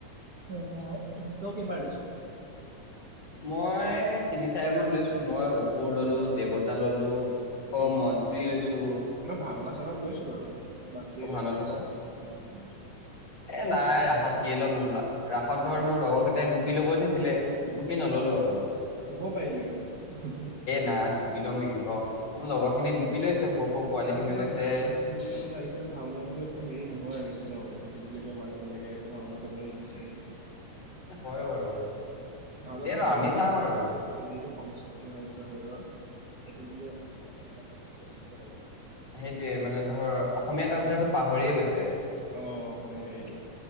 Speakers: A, on the right; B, on the left.
A: অ', তই কেইবাৰ লৈছো?
B: মই তিনি চাৰি মান লৈছো, মই অশুৰ ললো দেৱতা ললো। অ',
A: উম
B: মন্ত্ৰী লৈছো।
A: মই ভাওনা চাওনাত লৈছোঁ বাৰু বাকী
B: অ ভাওনা
A: ৰাসত
B: লৈছ
A: উম, লৈছোঁ।
B: এ নাই ৰাসত কি ল'ম নু লৰা, ৰাসত
A: উম
B: ধৰ মোৰ লগৰ কেইটাই গোপি ল'ব দিছিলে গোপি নললো আৰু।
A: লব পাৰিলিহৈ।
B: নাই গোপি ল'ম নেকি ক, মোৰ লগৰ খিনিয়ে গোপি লৈছে সৰু সৰু
A: এতিয়া
B: পোৱালি
A: আকৌ
B: খিনি
A: তেওঁৰ
B: লৈছে।
A: <unintelligible> আহিছে আৰু ভাওনাবোৰ একো হেৰি নোহোৱা হৈছে ন, সেটো কি বুলি কয় মানুহবিলাকে একো ভাওনা চাবলৈ নিবিচাৰে।
B: হয় বাৰু।
A: ভাওনাটো
B: যিয়ে নহওক
A: হ'ব
B: আমি
A: লাগে
B: চাম
A: সবতে,
B: আৰু
A: যিটো যিটো সংস্কৃতি হয়টো ধৰি লোৱা সেইটো বোলো মানুহবিলাকৰ <unintelligible> হব লাগে।
B: সেইটোৱে মানে
A: সংস্কৃতি
B: ধৰ
A: হয়
B: অসমীয়া
A: তাৰ
B: কালচাৰটো
A: হয় নহয়
B: পাহৰিয়ে গৈছে।
A: অ অসমীয়া হেৰিটো